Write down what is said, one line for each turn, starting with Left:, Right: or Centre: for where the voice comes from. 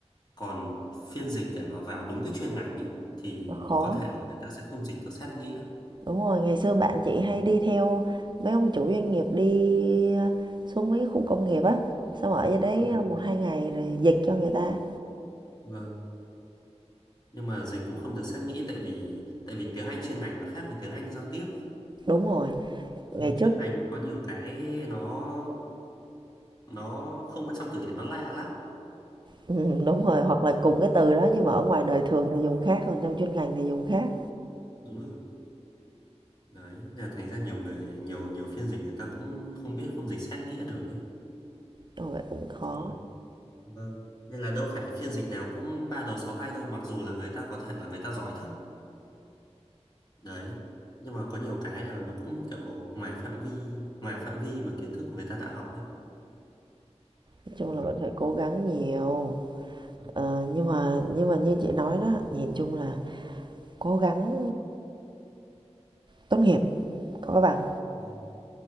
Left: còn phiên dịch để mà vào đúng cái chuyên ngành ý, thì
Right: nó khó.
Left: có thể là người ta sẽ không dịch được sát nghĩa
Right: Đúng rồi, ngày xưa bạn chị hay
Left: Ừ,
Right: đi theo mấy ông chủ doanh nghiệp đi ờ, xuống mấy khu công nghiệp á, xong ở dưới đấy
Left: vâng
Right: ờ, một hai ngày rồi dịch cho người ta.
Left: vâng. nhưng mà dịch cũng không được sát nghĩa tại vì tại vì tiếng Anh chuyên ngành nó khác với tiếng Anh giao tiếp ấy.
Right: Đúng rồi, ngày
Left: Đúng rồi,
Right: trước
Left: chuyên ngành nó có nhiều cái nó nó không có trong từ điển nó lạ lắm
Right: ừm, đúng rồi,
Left: đấy
Right: hoặc là cùng cái từ đó nhưng mà ở ngoài đời thường thì dùng khác, còn trong chuyên ngành thì dùng khác.
Left: đúng rồi đấy nên là thành ra nhiều người nhiều nhiều phiên dịch người ta cũng không biết không dịch sát nghĩa được ấy
Right: Rồi vậy cũng khó,
Left: thì vâng nên là đâu phải phiên dịch nào cũng ba đầu sáu tay đâu mặc dù là người ta có thể là người ta giỏi thật đấy nhưng mà có nhiều cái là nó cũng kiểu ngoài phạm vi ngoài phạm vi mà kiến thức của người ta đã học ấy
Right: nói chung
Left: đó
Right: là vẫn phải cố gắng nhiều.
Left: Ừ,
Right: Ờ, nhưng mà nhưng mà như chị nói đó, nhìn chung là cố gắng tốt nghiệp có cái bằng,
Left: ừ,